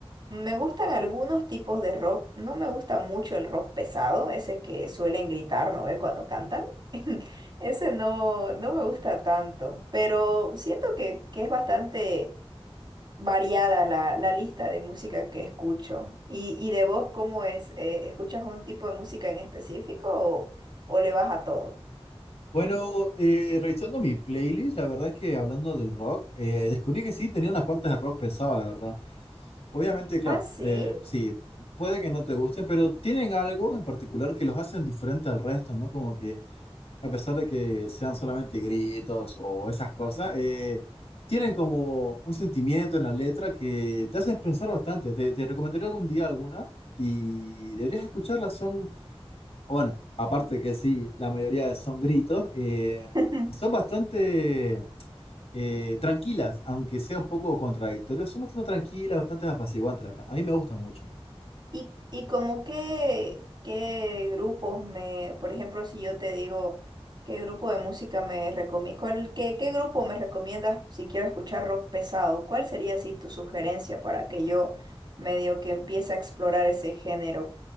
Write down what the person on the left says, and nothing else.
Bueno, eh, revisando mi playlist, la verdad es que hablando del rock, eh, descubrí que sí, tenía unas cuantas de rock pesado, la verdad. Obviamente, claro,
eh, sí, puede que no te gusten, pero tienen algo en particular que los hacen diferente al resto, ¿no? Como que... a pesar de que sean solamente gritos o esas cosas, eh, tienen como un sentimiento en la letra que te hacen pensar bastante. Te, te recomendaría algún día alguna y deberías escucharlas. Son, bueno, aparte que sí, la mayoría son gritos, eh,
son bastante eh, tranquilas, aunque sea un poco contradictorias. Son bastante tranquilas, bastante apaciguantes, la verdad. A mí me gustan mucho.